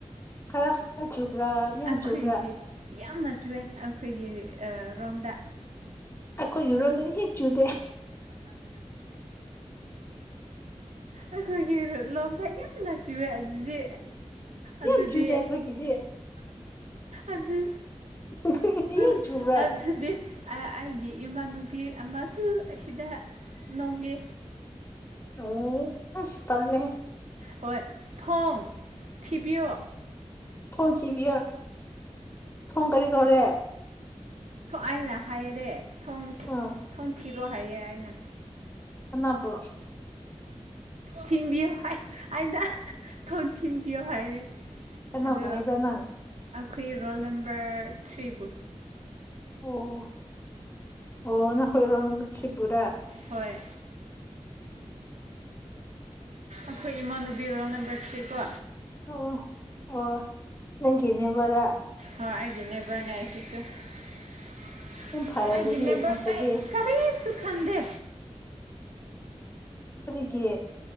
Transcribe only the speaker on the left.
ꯈꯔ ꯈꯔ ꯆꯨꯕ꯭ꯔꯥ ꯌꯥꯝ
ꯆꯨꯕ꯭ꯔꯥ
ꯑꯩꯈꯣꯏꯒꯤꯔꯣꯝꯗꯗꯤ ꯍꯦ ꯆꯨꯗꯦ
ꯌꯥꯝ ꯆꯨꯗꯦ ꯑꯩꯈꯣꯏꯒꯤꯗꯤ
ꯑꯩꯈꯣꯏꯒꯤꯗꯤ
ꯌꯥꯝ ꯆꯨꯕ꯭ꯔꯥ
ꯑꯣ ꯑꯁ ꯇꯜꯂꯦꯍꯦ
ꯊꯣꯡ ꯊꯤꯕꯤꯌ ꯊꯣꯡ ꯀꯔꯤ ꯇꯧꯔꯦ
ꯑꯥ
ꯀꯅꯥꯕꯨ?
ꯀꯅꯥꯕꯨ
ꯍꯥꯏꯕ꯭ꯔꯥ ꯅꯪ
ꯑꯣ ꯑꯣ ꯅꯈꯣꯏ ꯔꯣꯜꯅꯝꯕꯔ ꯊ꯭ꯔꯤ ꯕꯨꯔꯥ
ꯑꯣ ꯑꯣ ꯅꯪꯒꯤ ꯅꯦꯕꯔꯔꯥ?
ꯌꯥꯝ ꯐꯔꯦ ꯑꯗꯨꯗꯤ ꯅꯈꯣꯏꯗꯤ
ꯀꯔꯤꯒꯤ?